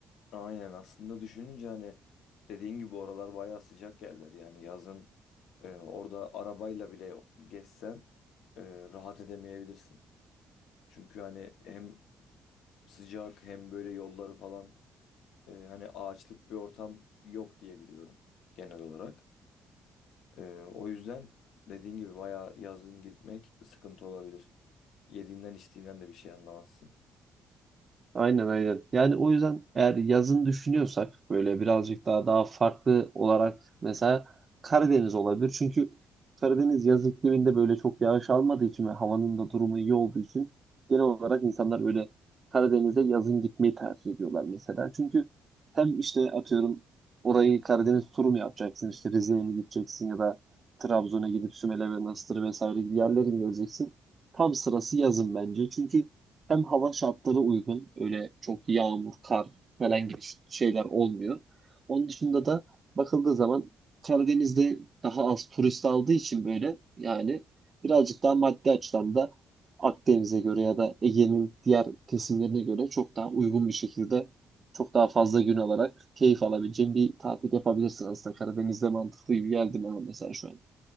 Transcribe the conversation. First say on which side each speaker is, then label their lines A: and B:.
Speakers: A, on the left (about 75°); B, on the right (about 40°).
A: Aynen aslında düşününce hani dediğin gibi oralar bayağı sıcak yerler. Yani yazın e, orada arabayla bile gezsen e, rahat edemeyebilirsin. Çünkü hani hem sıcak hem böyle yolları falan e, hani ağaçlık bir ortam yok diye biliyorum genel olarak. E, o yüzden dediğin gibi bayağı yazın gitmek sıkıntı olabilir. Yediğinden içtiğinden de bir şey anlamazsın.
B: Aynen aynen. Yani o yüzden eğer yazın düşünüyorsak böyle birazcık daha daha farklı olarak mesela Karadeniz olabilir. Çünkü Karadeniz yaz ikliminde böyle çok yağış almadığı için ve havanın da durumu iyi olduğu için genel olarak insanlar böyle Karadeniz'e yazın gitmeyi tercih ediyorlar mesela. Çünkü hem işte atıyorum orayı Karadeniz turu mu yapacaksın? işte Rize'ye mi gideceksin ya da Trabzon'a gidip Sümele ve Manastır vesaire gibi yerlere mi geleceksin? Tam sırası yazın bence. Çünkü hem hava şartları uygun. Öyle çok yağmur, kar falan gibi ş- şeyler olmuyor. Onun dışında da bakıldığı zaman Karadeniz'de daha az turist aldığı için böyle yani birazcık daha maddi açıdan da Akdeniz'e göre ya da Ege'nin diğer kesimlerine göre çok daha uygun bir şekilde çok daha fazla gün alarak keyif alabileceğin bir tatil yapabilirsin aslında. Karadeniz'de mantıklı gibi geldi bana mesela şu an.